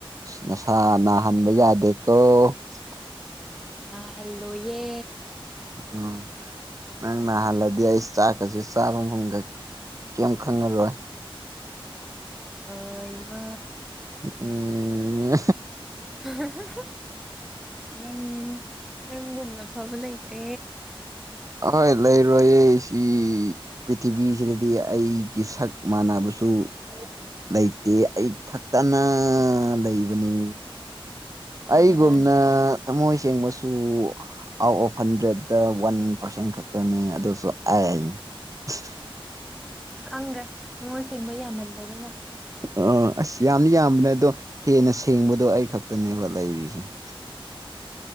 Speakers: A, on the right; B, in the centre.
A: ꯅꯁꯥ ꯅꯥꯍꯟꯕ
B: ꯒ꯭ꯌꯥꯟ ꯇꯥ
A: ꯌꯥꯗꯦꯀꯣ <unintelligible>
B: ꯅꯜꯂꯣꯌꯦ
A: ꯑꯣ ꯅꯪ ꯅꯍꯥꯟꯜꯂꯗꯤ ꯑꯩ ꯆꯥꯛꯀꯁꯤ ꯆꯥꯕ ꯃꯐꯝꯒ ꯀꯩꯝ ꯈꯪꯉꯔꯣꯏ
B: ꯍꯃ
A: ꯎꯝ
B: <unintelligible> ꯅꯪ ꯅꯪꯒꯨꯝꯅ ꯐꯕ ꯂꯩꯇ꯭ꯔꯦ
A: ꯍꯣꯏ ꯂꯩꯔꯣꯏꯌꯦ ꯁꯤ ꯄ꯭ꯔꯤꯊꯤꯕꯤꯁꯤꯗꯗꯤ ꯑꯩꯒꯤ ꯁꯛ ꯃꯥꯟꯅꯕ ꯨ ꯂꯩꯇꯦ ꯑꯩ ꯈꯛꯇꯅ ꯂꯩꯕꯅꯤ
B: ꯃꯥꯅꯦ
A: ꯑꯩꯒꯨꯝꯅ
B: ꯃꯥꯅꯦ
A: ꯊꯃꯣꯏ ꯁꯦꯡꯕꯁꯨ ꯑꯥꯎꯠ ꯑꯣꯐ ꯍꯟꯗ꯭ꯔꯦꯗꯠꯇ ꯋꯥꯟ ꯄꯥꯔꯁꯦꯟ ꯈꯛꯇꯅꯦ ꯑꯗꯨꯁꯨ ꯑꯦ ꯇ
B: ꯈꯪꯗ꯭ꯔꯦ ꯊꯃꯣꯏ ꯁꯦꯡꯕ ꯌꯥꯝꯃꯟꯗꯗꯅ
A: ꯑꯥ ꯑꯁ ꯌꯥꯝꯅ ꯌꯥꯝꯕꯅꯦ ꯑꯗꯣ ꯍꯦꯟꯅ ꯁꯦꯡꯕꯗꯣ ꯑꯩ ꯈꯛꯇꯅꯦꯕ ꯂꯩꯔꯤꯁꯦ <unintelligible>